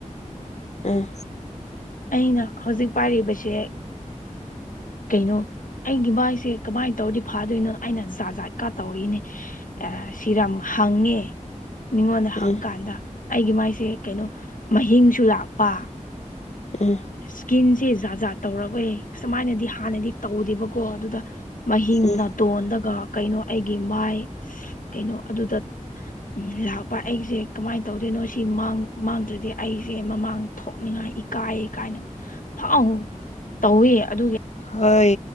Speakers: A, on the left; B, on the left.
A: ꯑꯥ
B: ꯑꯩꯅ ꯍꯧꯖꯤꯛ ꯄꯥꯏꯔꯤꯕꯁꯦ ꯀꯩꯅꯣ ꯑꯩꯒꯤ ꯚꯏꯁꯦ ꯀꯃꯥꯏꯅ ꯇꯧꯔꯗꯤ ꯐꯥꯗꯣꯏꯅꯣ ꯑꯩꯅ ꯖꯥ ꯖꯥꯠꯀꯥ ꯇꯧꯔꯤꯅꯦ ꯑ ꯁꯤꯔꯝ ꯍꯪꯉꯦ ꯃꯤꯉꯣꯟꯗ ꯍꯪꯀꯥꯟꯗ
A: ꯎꯝ
B: ꯑꯩꯒꯤ ꯃꯥꯏꯁꯦ ꯀꯩꯅꯣ ꯃꯍꯤꯡꯁꯨ ꯂꯥꯛꯄ
A: ꯎꯝ
B: ꯏꯁꯀꯤꯟꯁꯦ ꯖꯥꯠ ꯖꯥꯠ ꯇꯧꯔꯛꯑꯣꯦ ꯁꯨꯃꯥꯏꯅꯗꯤ ꯍꯥꯟꯅꯗꯤ ꯇꯧꯗꯦꯕꯀꯣ ꯑꯗꯨꯗ ꯃꯍꯤꯡ
A: ꯎꯝ
B: ꯅꯥꯇꯣꯟꯗꯒ ꯀꯩꯅꯣ ꯑꯩꯒꯤ ꯃꯥꯏ ꯀꯩꯅꯣ ꯑꯗꯨꯗ ꯂꯥꯛꯄ ꯑꯩꯁꯦ ꯀꯃꯥꯏꯅ ꯇꯧꯗꯣꯏꯅꯣ ꯁꯤ ꯃꯥꯡ ꯃꯥꯡꯗ꯭ꯔꯗꯤ ꯑꯩꯁꯦ ꯃꯃꯥꯡ ꯊꯣꯛꯅꯤꯡꯉꯥꯏ ꯏꯀꯥꯏ ꯀꯥꯏꯅ ꯐꯥꯎ ꯇꯧꯋꯤ ꯑꯗꯨꯒꯤ
A: ꯍꯣꯏ